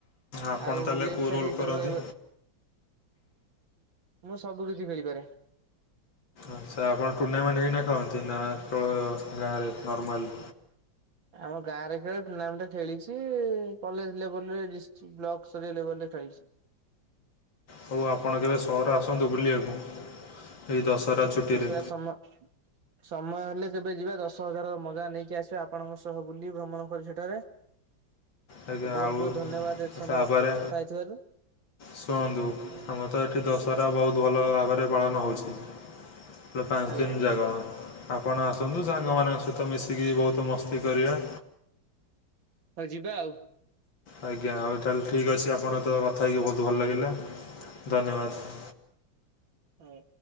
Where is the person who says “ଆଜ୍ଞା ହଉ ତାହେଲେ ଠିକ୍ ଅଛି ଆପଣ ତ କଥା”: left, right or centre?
Left